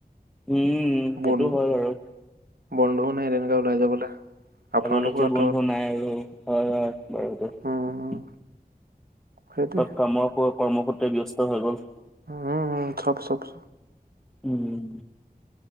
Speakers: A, in the centre; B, on the right.
A: উম সেইটো
B: বন
A: হয় বাৰু।
B: বন্ধুও নাই তেনেকে ওলাই যাবলৈ। আপোনালোকৰ
A: আগৰ লেখীয়া
B: আঁতৰত
A: বন্ধু নাই আৰু, হয়, হয় বাৰু।
B: উম, উম, সেইটোৱে
A: চব কামৰ কৰ্ম সূত্ৰে ব্যস্ত হৈ গ'ল।
B: উ উম উ চপ, চপ চ।
A: উম।